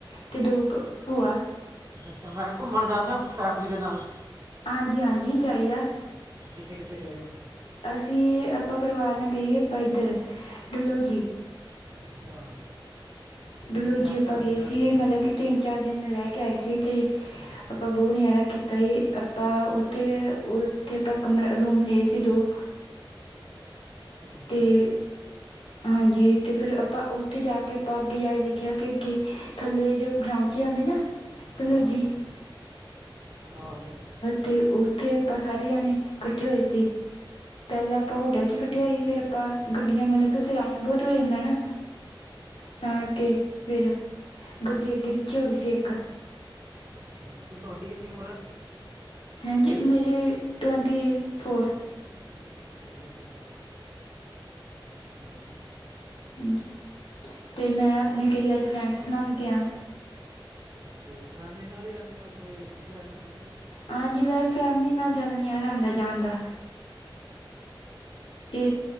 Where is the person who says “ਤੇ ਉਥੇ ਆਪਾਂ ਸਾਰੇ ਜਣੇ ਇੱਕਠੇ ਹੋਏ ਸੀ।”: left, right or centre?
Left